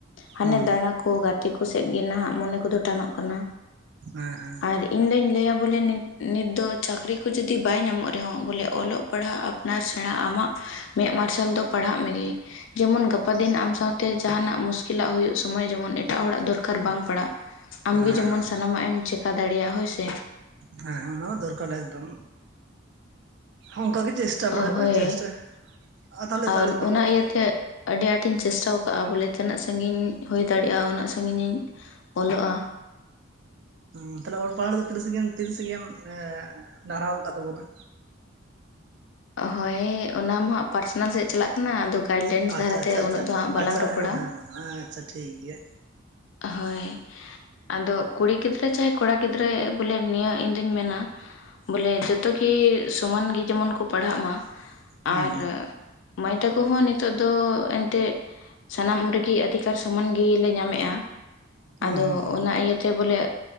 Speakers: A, on the left; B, on the right.
A: ᱦᱟᱱᱮ
B: ᱦᱩᱸ
A: ᱫᱟᱬᱟ ᱠᱚ ᱜᱟ ᱛᱮ ᱠᱚᱥᱮᱫ ᱜᱮ ᱱᱟᱦᱟᱜ ᱢᱚᱱᱮ ᱠᱚᱫᱚ ᱴᱟᱱᱚᱜ ᱠᱟᱱᱟ
B: ᱦᱮᱸ ᱦᱮᱸ
A: ᱟᱨ ᱤᱧ ᱫᱚᱧ ᱞᱟᱹᱭᱟ ᱵᱚᱞᱮ ᱱᱤᱛ ᱫᱚ ᱪᱟᱹᱠᱨᱤ ᱠᱚ ᱡᱩᱫᱤ ᱵᱟᱭ ᱧᱟᱢᱚᱜ ᱨᱮᱦᱚᱸ ᱵᱚᱞᱮ ᱚᱞᱚᱜ ᱯᱟᱲᱦᱟᱜ ᱟᱯᱱᱟᱨ ᱥᱮᱬᱟ ᱟᱢᱟᱜ ᱢᱮᱫ ᱢᱟᱨᱥᱟᱞ ᱫᱚ ᱯᱟᱲᱦᱟᱜ ᱢᱮᱜᱮ ᱡᱮᱢᱚᱱ ᱜᱟᱯᱟ ᱫᱤᱱ ᱟᱢ ᱥᱟᱶᱛᱮ ᱡᱟᱦᱟᱱᱟᱜ ᱢᱩᱥᱠᱤᱞᱟᱜ ᱦᱩᱭᱩᱜ ᱥᱚᱢᱚᱭ ᱡᱮᱢᱚᱱ ᱮᱴᱟᱜ ᱦᱚᱲᱟᱜ ᱫᱚᱨᱠᱟᱨ ᱵᱟᱝ ᱯᱟᱲᱟᱜ ᱟᱢᱜᱮ
B: ᱦᱮᱸ
A: ᱡᱮᱢᱚᱱ
B: ᱦᱮᱸ
A: ᱥᱟᱱᱟᱢᱟᱜ ᱮᱢ ᱪᱮᱠᱟ ᱫᱟᱲᱮᱭᱟᱜ ᱦᱳᱭ ᱥᱮ
B: ᱦᱮᱸ ᱦᱮᱸ ᱚᱱᱟ ᱦᱚᱸ ᱫᱚᱨᱠᱟᱨᱟ ᱮᱠᱫᱚᱢ ᱚᱱᱠᱟ ᱜᱮ ᱪᱮᱥ ᱴᱟ ᱵᱟᱲᱟ ᱦᱩᱭᱩᱜᱼᱟ
A: ᱦᱳᱭ
B: ᱪᱮᱥᱴᱟᱭ ᱟ ᱛᱟᱦᱚᱞᱮ
A: ᱟᱨ
B: ᱛᱟᱦᱚᱞᱮ ᱛᱚ
A: ᱚᱱᱟ ᱤᱭᱟᱹᱛᱮ ᱟᱹᱰᱤ ᱟᱸᱴ ᱤᱧ ᱪᱮᱥᱴᱟ ᱟᱠᱟᱜᱼᱟ ᱵᱚᱞᱮ ᱛᱤᱱᱟᱹᱜ ᱥᱟᱺᱜᱤᱧ ᱦᱩᱭ ᱫᱟᱲᱮᱭᱟᱜᱼᱟ, ᱩᱱᱟᱹᱜ ᱥᱟᱺᱜᱤᱧᱤᱧ ᱚᱞᱚᱜᱼᱟ᱾
B: ᱩᱸ ᱛᱟᱦᱞᱮ ᱚᱞ ᱯᱟᱲᱦᱟᱲ ᱫᱚ ᱛᱤᱨᱤᱥ ᱥᱟᱸᱜᱤᱧ ᱮᱢ ᱛᱤᱨᱤᱥᱜᱮᱢ ᱮᱸ ᱰᱟᱨᱦᱟᱣ ᱠᱟᱫ ᱛᱟᱵᱚᱱᱟ?
A: ᱦᱳᱭ ᱚᱱᱟ ᱢᱟ ᱦᱟᱜ ᱯᱟᱨᱥᱚᱱᱟᱞ ᱥᱮᱫ ᱪᱟᱞᱟᱜ ᱟᱫᱚ ᱜᱟᱭᱤᱰᱞᱟᱭᱤᱱᱥ
B: ᱟᱪᱪᱷᱟ
A: ᱫᱷᱟᱨᱟ
B: ᱟᱪᱪᱷᱟ
A: ᱛᱮ
B: ᱟᱪᱪᱷᱟ
A: ᱩᱱᱟᱹᱜ
B: ᱟᱪᱪᱷᱟ
A: ᱫᱚ ᱦᱟᱸᱜ ᱵᱟᱞᱟᱝ
B: ᱟᱪᱪᱷᱟ
A: ᱨᱚᱯᱚᱲᱟ
B: ᱦᱮᱸ ᱦᱮᱸ
A: ᱾
B: ᱟᱪᱪᱷᱟ ᱴᱷᱤᱠ ᱜᱮᱭᱟ
A: ᱦᱳᱭ ᱾ ᱟᱫᱚ ᱠᱩᱲᱤ ᱜᱤᱫᱽᱨᱟᱹ ᱪᱟᱦᱮ ᱠᱚᱲᱟ ᱜᱤᱫᱽᱨᱟᱹ ᱵᱚᱞᱮ ᱱᱤᱭᱟᱹ ᱤᱧᱫᱩᱧ ᱢᱮᱱᱟ, ᱵᱚᱞᱮ ᱡᱚᱛᱚ ᱜᱮ ᱥᱚᱢᱟᱱ ᱜᱮ ᱡᱮᱢᱚᱱ ᱠᱚ ᱯᱟᱲᱦᱟᱜ ᱢᱟ
B: ᱦᱩᱸ
A: ᱟᱨ ᱢᱟᱹᱭ ᱛᱟᱠᱚ ᱦᱚᱸ ᱱᱤᱛᱚᱜ ᱫᱚ ᱮᱱᱛᱮᱫ ᱥᱟᱱᱟᱢ ᱨᱮᱜᱮ ᱚᱫᱷᱤᱠᱟᱨ ᱥᱚᱢᱟᱱ ᱜᱮᱞᱮ ᱧᱟᱢᱮᱫᱼᱟ,
B: ᱦᱩᱸ
A: ᱟᱫᱚ
B: ᱦᱩᱸ ᱦᱩᱸ
A: ᱚᱱᱟ ᱤᱭᱟᱹᱛᱮ ᱵᱚᱞᱮ